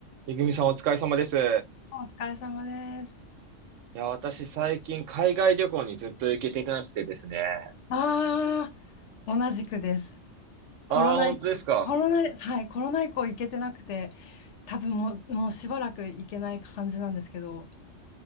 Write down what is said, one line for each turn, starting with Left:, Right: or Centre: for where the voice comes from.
Right: めぐみさんお疲れ様です。い
Left: お疲れ様です。
Right: や、私最近海外旅行にずっと行けてなくてですね。
Left: ああ、同じくです。コロナ以降、
Right: ああ、本当ですか。
Left: コロナ、はい、コロナ以降行けてなくて、多分もう、もうしばらく行けない感じなんですけど、